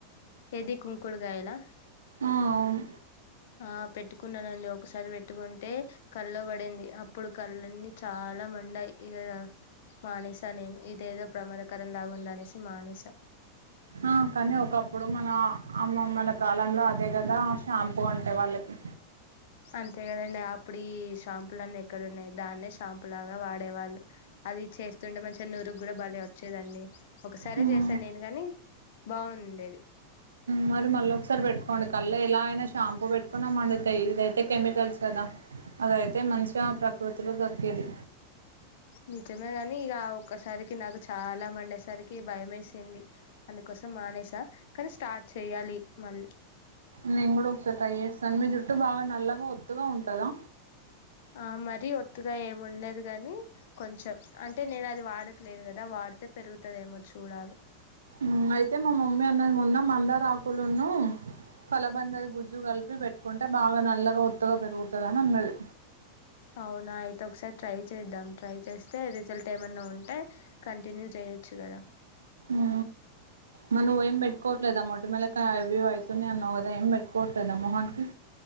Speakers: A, on the left; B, on the right.
A: ఏది కుంకుడుగాయలా
B: ఆ అవును
A: ఆ పెట్టుకున్నానండి ఒకసారి వెట్టుకుంటే కళ్ళల్లో పడింది అప్పుడు కళ్ళన్నీ చాలా మండాయి ఇగ మానేసా నేను ఇదేదో ప్రమదం కరందాగా ఉందనేసి మానేస
B: ఆ కానీ ఒకప్పుడు మన అమ్మమల కాలంలో అదే కదా షాంపూ అంటే వాళ్ళకి
A: అంతే కదండి అప్పుడు ఈ షాంపులన్నీ ఎక్కడ ఉన్నాయి దాన్నే షాంపు లాగా వాడేవాళ్ళు అది చేస్తుంటే మంచిగా నురుకు కూడా బలే వచ్చేదండి ఒకసారే
B: మ్
A: చేసాను నేను గని బాగుండేది
B: ఉ అది మళ్ళోకసారి బెట్ కొండి కళ్లు ఎలా అయినా షాంపూ వెట్టుకున్నా మండుతయ్ ఇదయితే కెమికల్స్ కద అదయితే మంచిగా ప్రకృతిలో దొరుకు ఇది
A: నిజమే గని ఇగ ఆ ఒక్కసారికి నాకు చాలా మండేసరికి భయమేసింది అందుకోసం మానేసా కానీ స్టార్ట్ చేయాలి మళ్ళీ
B: నేను కూడా ఒకసారి ట్రై ఏస్తాను మీ జుట్టు బాగా నల్ల ఒత్తుగా ఉంటదా
A: ఆ మరీ ఒత్తుగా ఏముండదు గని కొంచెం అంటే నేను అది వాడట్లేదు కదా వాడితే పెరుగుతుదేమో చూడాలి
B: ఊ అయితే మా మమ్మీ అన్నది మొన్న మందార ఆకులును కలబంద గుజ్జు కలిపి పెట్ కుంటే బాగా నల్లగా ఒత్తుగా పెరుగుతది అని అన్నది
A: అవునా అయితే ఒకసారి ట్రై చేద్దాం ట్రై చేస్తే రిజల్ట్ ఏమన్నా ఉంటే కంటిన్యూ చేయొచ్చు కదా
B: ఊ మ నువ్వు ఏం పెట్టుకోవట్లేదా మొటిమలకి అవి ఇవి ఐతునయ్ అన్నావు కదా ఏం పెట్టుకోవట్లేదా మొహనికి